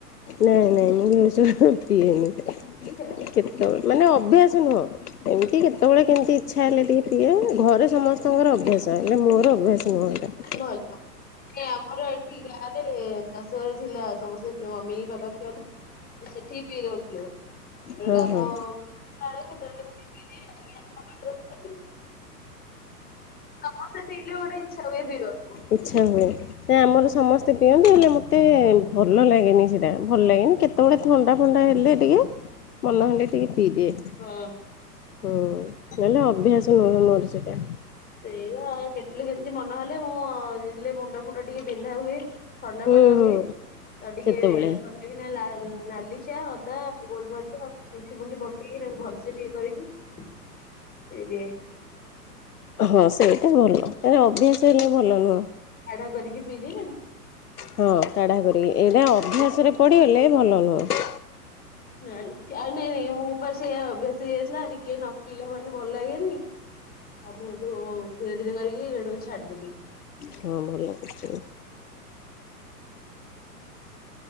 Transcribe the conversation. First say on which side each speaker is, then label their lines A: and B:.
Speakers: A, on the left (about 65°); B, on the left (about 20°).
A: ନାଇଁ ନାଇଁ ମୁଁ ଏ ଚାହାଁ ପିଏନି।
B: ଭଲ।
A: କେତୋଳେ ମାନେ ଅଭ୍ୟାସ ନୁହଁ ଏମିତି କେତୋବେଳେ କେମତି ଇଚ୍ଛା ହେଲେ ଟିକେ ପିଏ ଘରେ ସମସ୍ତଙ୍କର ଅଭ୍ୟାସ ହେଲେ ମୋର ଅଭ୍ୟାସ ନୁହଁ ଏକା।
B: ନଇ କ ଏଇ ଆମର ଏଠି ଗାଁରେ ଶାଶୁଘର ଥିଲା ସମସ୍ତେ ପଅ ମମି, ପାପା ପିଅନ୍ତି ସେଠି ପିଇ ଦୋଉଥୁଲୁ। ଗ୍ରାମ
A: ହଁ ହଁ
B: <unintelligible> କେତୋଳେ କେମିତି ପିଇଦିଏ ଏଠିକି ଆସିଲା ପରେ ପରେ ଛାଡଦେଲି। ସମସ୍ତେ ପିଇଲେ ଗୋଟେ ଇଚ୍ଛା ହୁଏ ପିଇବାକୁ।
A: ଇଚ୍ଛା ହୁଏ ନାଇ ଆମର ସମସ୍ତେ ପିଅନ୍ତି ହେଲେ ମ ମତେ ଭଲ ଲାଗେନି ସେଟା ଭଲ ଲାଗେନି କେତୋଳେ ଥଣ୍ଡା ଫଣ୍ଡା ହେଲେ ଟିକେ ମନ ହେଲେ ଟିକେ ପିଇଦିଏ।
B: ହଁ।
A: ହୁଁ ନହେଲେ ଅଭ୍ୟାସ ନୁହେଁ ମୋର ସେଟା।
B: ସେଇଆ ଆଉ କେତୋଳେ କେମତି ମନ ହେଲେ ମୁଁ ଯେତେଲେ ମୁଣ୍ଡ ଫୁଟ ଟିକେ ବିନ୍ଧା ହୁଏ ଥଣ୍ଡା
A: ହୁଁ
B: ଫଣ୍ଡା ହୁଏ
A: ହୁଁ
B: ତ ଟିକେ
A: ସେତେବେଳେ
B: ଭଲ ଏଇନା ଲା ନାଲି ଚା ଅଦା, ଗୋଲମରିଚା, ସୁଣ୍ଠି ଫୁଣ୍ଠି ପକେଇକି ତାକୁ ଭଲସେ ଟିକେ କରିକି ସେଇ ଏବେ
A: ହଁ ସେଇଟା ଭଲ ଚାହା ଅଭ୍ୟାସ ହେଲେ ଭଲ ନୁହଁ।
B: ଚାଟା କରିକି ପିଇଦିଏ।
A: ହଁ କାଢ଼ା କରିକି ଏଇଟା ଅଭ୍ୟାସରେ ପଢଡ଼ିଗଲେ ଭଲ ନୁହଁ।
B: ନାଇଁ ଆଉ ଚା ନାଇଁ ନାଇଁ ମୋ ପା ସେୟା ଅଭ୍ୟାସ ହେଇଯାଇଥିଲା ଟିକିଏ ନ ପିଇଲା ମାନେ ଭଲ ଲାଗେନି। ଆଉ ହେଇଠୁ ଧୀରେ ଧୀରେ କରିକି ହେଠୁ ଛାଡିଦେଲି।
A: ହଁ ଭଲ କରିଚ।